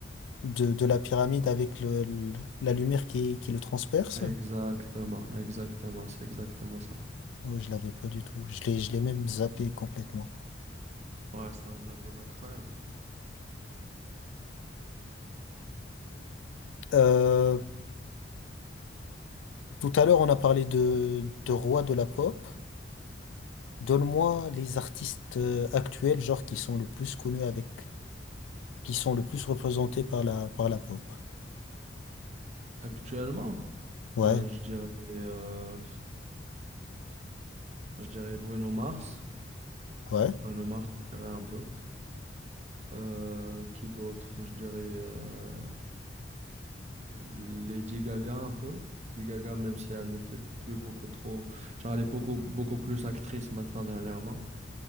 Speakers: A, on the left; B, on the right.
A: de, de la pyramide avec le, le- la lumière qui, qui le transperce?
B: Exactement, exactement, c'est exactement ça.
A: Ouais, je l'avais pas du tout. Je l'ai, je l'ai même zappé complètement.
B: Ouais, c'est un album incroyable.
A: Euh, Tout à l'heure, on a parlé de, de roi de la pop. Donne-moi les artistes euh, actuels, genre qui sont le plus connus avec, qui sont le plus représentés par la, par la pop.
B: Actuellement,
A: Ouais,
B: ben je dirais, euh, je dirais Bruno Mars.
A: ouais.
B: Nomar, je dirais un peu. Euh, qui d'autre? Je dirais euh, Lady Gaga un peu. Lady Gaga, même si elle ne fait plus beaucoup trop. Genre, elle est beaucoup, beaucoup plus actrice maintenant dernièrement.